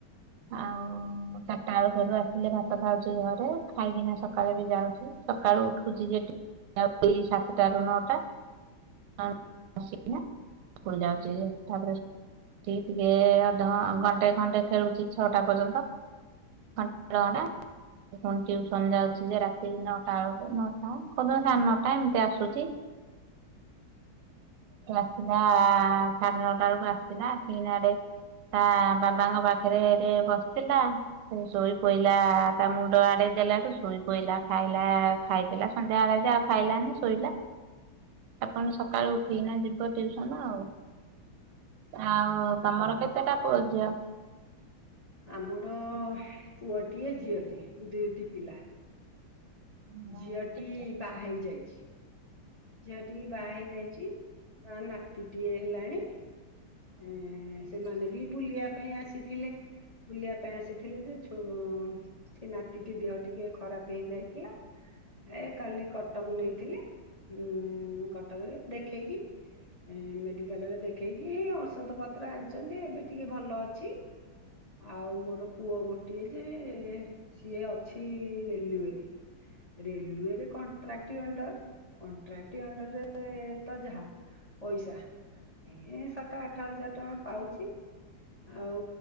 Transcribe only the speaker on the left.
ଆମର ପୁଅଟିଏ ଝିଅଟିଏ ଦୁଇଟି ପିଲା।
ଝିଅଟି
ବାହା ହେଇ ଯାଇଛି। ଝିଅ ଟିକି ବାହା ହେଇଯାଇଛି ତ ନାତିଟିିଏ ହେଲାଣି। ଏ ସେମାନେ ବି ବୁଲିବା ପାଇଁ ଆସିଥିଲେ। ବୁଲିବା ପାଇଁ ଆସିଥିଲେ ଯେ ଛୁ-ସେ ନାତିଟି ଦେହ ଟିକେ ଖରାପ ହେଇଯାଇଥିଲା। ଏ କାଲି କଟକ ନେଇଥିଲେ ଉଁ କଟକରେ ଦେଖେଇକି ମେଡିକାଲ ରେ ଦେଖେଇକି ଔଷଧ ପତ୍ର ଆଣିଛନ୍ତି ଏବେ ଟିକେ ଭଲ ଅଛି। ଆଉ ମୋର ପୁଅ ଗୋଟିଏ ଯେ ସିଏ ଅଛି ରେଲୱେରେ। ରେଲୱେରେ କଣ୍ଟ୍ରାକ୍ଟି ଅଣ୍ଡର କଣ୍ଟ୍ରାକ୍ଟି ଅଣ୍ଡରରେ ତ ଯାହା ପଇସା ଏ ସାତ ଆଠ ହଜାର ଟଙ୍କା ପାଉଛି। ଆଉ